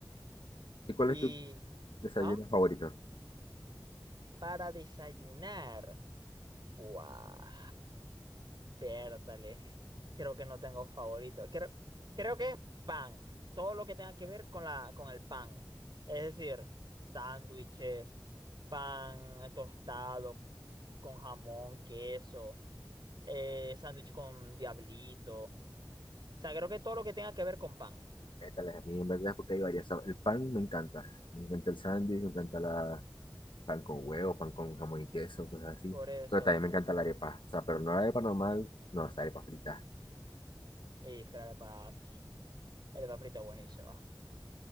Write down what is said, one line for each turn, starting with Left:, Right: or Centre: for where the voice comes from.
Left: ¿Y cuál
Right: Y,
Left: es tu desayuno
Right: ¿ah?
Left: favorito?
Right: para desayunar. Buah. Vértale. Creo que no tengo favorito. Creo, creo que es pan. Todo lo que tenga que ver con la, con el pan. Es decir, sándwiches, pan eh, tostado con jamón, queso, eh, sándwich con diablito. O sea, creo que todo lo que tenga que ver con pan.
Left: Vétales, a mí en verdad es porque hay varias. sab- El pan me encanta. Me encanta el sándwich, me encanta la pan con huevo, pan con jamón y queso, cosas así.
Right: Por eso.
Left: Pero también me encanta la arepa. O sea, pero no la arepa normal, no, es arepa frita.
Right: Y es que la arepa, la arepa frita es buenísima.